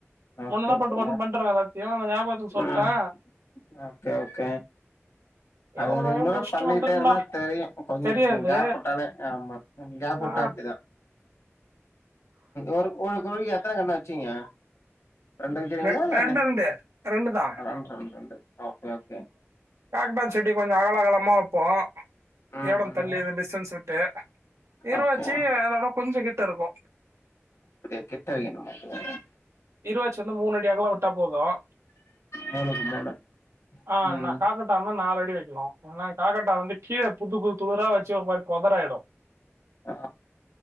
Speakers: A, on the left (about 70°); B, on the right (about 85°).
A: ஓகே
B: முன்னல்லா
A: ஓகே
B: பட்டு பட்டுன்னு பண்றத ஏதோ ஞாபகத்துக்கு சொல்லிட்டே
A: ம் ஓகே ஓகே அது
B: எவ்வளோ
A: ரெகுலரா
B: முடிச்சுட்டு
A: பண்ணிட்டே
B: வந்துட்டா
A: இருந்தா தெரியு கொஞ்ச
B: தெரியாது
A: கேப் விட்டாலே ஆமா கேப்
B: ஆ,
A: விட்டா அப்டிதா ஒரு ஒரு குழிக்கு எத்தனை கண்ணு வச்சீங்க ரெண்டு வைக்கிறீங்களா
B: ரெ-
A: இல்ல
B: ரெண்டு ரெண்டு ரெண்டு தான்
A: ரெண் ரெண் ரெண்டு ஓகே ஒகே
B: காக்பத் செட்டி கொஞ்ச அகல அகலமாக வைப்போ
A: ம்
B: எடோ தள்ளி
A: ம்
B: டிஸ்டன்ஸ் விட்டு இருவாச்சி
A: ஓகே
B: அதோட கொஞ்சோ கிட்ட இருக்கு
A: அப்டியா கிட்ட வெக்கணுமா அது
B: இருவாச்சி வந்து மூணு அடி அகலோ விட்டா போதும்
A: மூணுக்கு மூணு
B: ஆ
A: ம்
B: ந காக்க டான்னா நாலடி வெக்கணு ஏன்னா காகரட்டான் வந்து கீழே புது புது தூரா வச்சு ஒரு மாரி பொதராயிடு
A: ஆ